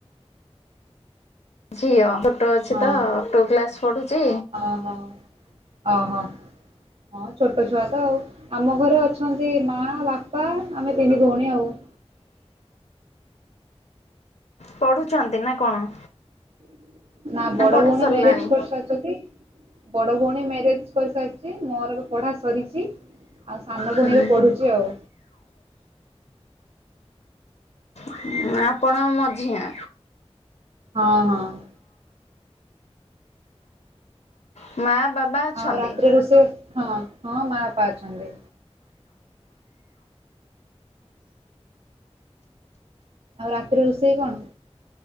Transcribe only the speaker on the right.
ହଁ
ହଁ ହଁ। ଓହୋ ହଁ ଛୋଟ ଛୁଆ ତ ଆଉ ଆମ ଘରେ ଅଛନ୍ତି ମା ବାପା ଆମେ ତିନି ଭଉଣୀ ଆଉ <inaudible>
<inaudible> ନା ବଡ
ଭଉଣୀ
ମ୍ୟାରେଜ କରିସାରିଛନ୍ତି ବଡ ଭଉଣୀ ମ୍ୟାରେଜ କରିସାରିଛି ମୋର ବି ପଢା ସରିଛି ଆଉ ସାନ
ଭୁଣୀ ଏବେ ପଢୁଛି ଆଉ
ହଁ, ହଁ।
ଆଉ ରାତିରେ ରୋଷେଇ ହଁ ହଁ ମା ବାପା ଅଛନ୍ତି। ଆଉ ରାତିରେ ରୋଷେଇ କଣ?